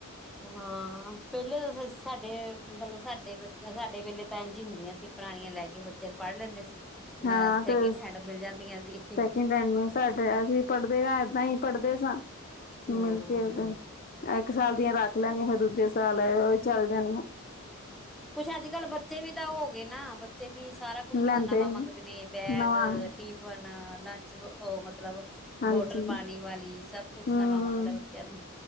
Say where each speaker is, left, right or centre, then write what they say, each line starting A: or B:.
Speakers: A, in the centre; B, on the left.
A: ਹਾਂ ਪੇਲੇ ਤਾਂ ਸ ਸਾਡੇ, ਮਤਲਬ ਸਾਡੇ ਬਚ, ਸਾਡੇ ਵੇਲੇ ਏਂਜ ਈ ਹੁੰਦਿਆਂ ਸੀ, ਪੁਰਾਣੀਆਂ ਲੈ ਕੇ ਬੱਚੇ ਪੜ੍ਹ ਲੈਂਦੇ ਸੀ। ਨ,
B: ਹਾਂ
A: ਸੈਕਿੰਡ
B: ਤੇ
A: ਹੈਂਡ ਮਿਲ ਜਾਂਦੀਆਂ ਸੀ।
B: ਸੈਕਿੰਡ ਹੈੰਡ ਮੇਂ, ਸਾਡੇ ਅਸੀਂ ਪੜ੍ਹਦੇ ਆ, ਏਦਾਂ ਈ ਪੜ੍ਹਦੇ ਸਾਂ।
A: ਹੂੰ-ਹੂੰ।
B: ਮਿਲ ਕੇ ਇੱਕ ਸਾਲ ਦੀਆਂ ਰੱਖ ਲੈਣੀ, ਫਿਰ ਦੂਜੇ ਸਾਲ ਆ ਏ ਉਈ ਚੱਲ ਜਾਣਿਆ।
A: ਕੁੱਛ ਅੱਜ ਕੱਲ ਬੱਚੇ ਵੀ ਤਾਂ ਔ ਗਏ ਨਾ, ਬੱਚੇ ਵੀ ਸਾਰਾ ਕੁੱਛ
B: ਲੈਂਦੇ
A: ਨਵਾਂ
B: ਨੀ
A: ਮੰਗਦੇ ਨੇ। ਬੈਗ,
B: ਨਵਾਂ
A: ਟਿਫਨ, ਲੰਚ, ੳ ਮਤਲਬ
B: ਹਾਂਜੀ
A: ਬੋਟਲ ਪਾਣੀ ਵਾਲੀ ਸਬ।
B: ਹਮ
A: ਸੂਚਨਾਵਾਂ ਮੰਗਦੇ
B: ਹਮ
A: ਬੱਚਿਆਂ ਨੂੰ।